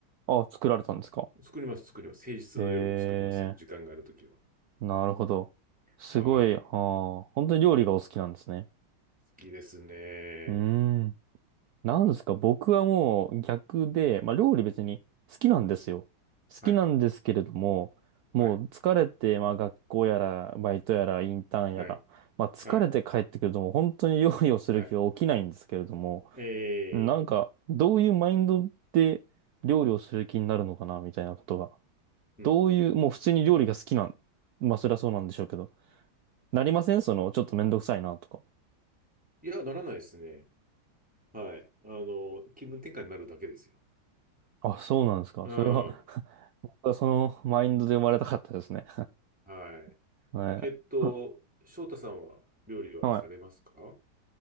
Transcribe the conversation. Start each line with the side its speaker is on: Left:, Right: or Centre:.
Right: あ、作られたんですか
Centre: 作ります、作ります。平日の夜も作りますよ。
Right: え
Centre: 時間があるときは。
Right: ー、なるほど。すごい、
Centre: はい。
Right: あー、本当に料理がお好きなんですね。
Centre: 好きですね。
Right: うーん。なんですか、僕はもう逆で、まあ料理別に好きなんですよ。好きなんですけれども、
Centre: はい。
Right: もう疲れて、
Centre: はい。
Right: まあ学校やら、バイトやら、インターンやら、
Centre: はい。
Right: まあ疲れて帰ってくるともう本当に料理をする気が起きないんですけれども、
Centre: はい。はい。ええ
Right: なんかどういうマインドで料理をする気になるのかな、みたいなことが。
Centre: うん。
Right: どういう、もう普通に料理が好きなん、まあそりゃそうなんでしょうけど、なりませんその、ちょっとめんどくさいなとか。
Centre: いや、ならないですね。はい。あの、気分転換になるだけですよ。
Right: あ、そうなんですか。
Centre: うん。
Right: それは <laughs> 僕はそのマインドで生まれたかったですね。
Centre: はい。
Right: <laughs> はい。
Centre: えっと、
Right: <laughs>
Centre: 翔太さんは料理はされますか
Right: はい。